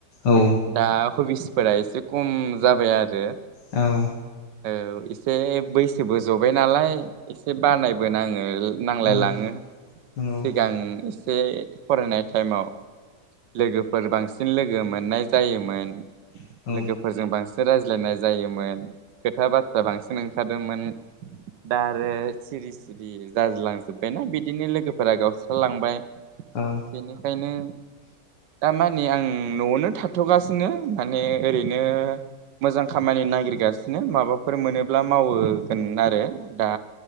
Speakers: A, on the left; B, on the right.
A: औ
B: दा हबिस फोरा इसे कम जाबाय आरो
A: औ
B: औ इसे बैसोबो जबाय नालाय। इसे बानायबो नाङो नांलाय
A: औ
B: लाङो
A: नंगौ
B: सिगां इस से फरायनाय टाइमाव लोगोफोर बांसि फिन लोगो मोननाय जायोमोन।
A: औ औ
B: लोगोफोरजों बांसि रायज्लायनाय जायोमोन। खोथा बाथ्रा बांसिन ओं खारोमोन। दा आरो सिरि सिरि जारलां जोबायना बिद बिदिनो लोगोफोरा गावस्रा लांबाय
A: औ
B: बेनिखायनो दा मान नै आं न'आवनो थाथ'गासिनो। माने ओरैनो मोजां खामानि नागिरगासिनो माबाफ फोर मोनोब्ला मावो। गोन आरो। दा